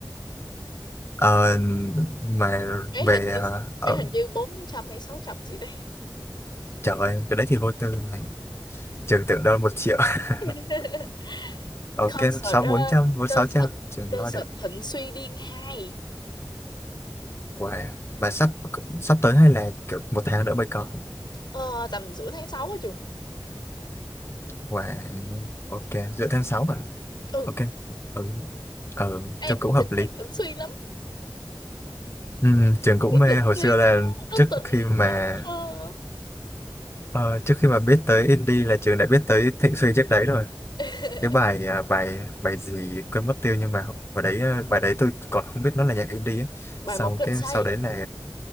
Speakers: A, on the left; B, on the left.
A: Ờ, mà
B: Vé
A: về
B: hình như
A: ờ, ở
B: vé hình như 400 hay 600 gì đấy.
A: trời ơi, cái đấy thì vô tư mà trường tưởng đâu một triệu <laughs>
B: <laughs>
A: ok
B: Concert
A: sáu
B: ờ,
A: bốn trăm bốn
B: concert
A: sáu trăm trường
B: concert
A: lo được
B: Thịnh Suy Điên 2.
A: wow. mà sắp sắp tới hay là kiểu một tháng nữa mới có
B: Ờ, tầm giữa tháng sáu á trường.
A: wow. ok giữa tháng 6 mà
B: Ừ,
A: ok ừ. ừ
B: An
A: trường
B: cũng
A: cũng hợp
B: thích
A: lý
B: nhạc Thịnh Suy lắm.
A: Ừm, trường cũng
B: kiểu
A: mê
B: thịnh
A: hồi
B: Thúy
A: xưa là
B: nó nó
A: trước
B: tình
A: khi mà
B: mà nó thơ
A: ờ, trước khi mà biết tới indie là trường đã biết tới Thịnh Suy trước đấy rồi
B: <laughs>
A: cái bài à, bài bài gì quên mất tiêu nhưng mà bài đấy à, bài đấy tôi còn không biết nó là nhạc indie á
B: bài
A: sau
B: một trên
A: cái
B: say
A: sau đấy là